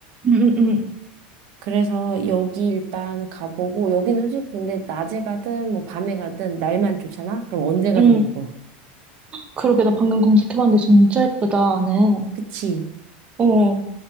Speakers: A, on the right; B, on the right.
A: 응, 응, 응,
B: 그래서 여기 일단 가보고 여기는 솔직히 근데 낮에 가든 뭐 밤에 가든 날만 좋잖아? 그럼 언제 가든
A: 응.
B: 예뻐.
A: 그러게, 나 방금 검색해봤는데 진짜 예쁘다, 안에.
B: 그치?
A: 어,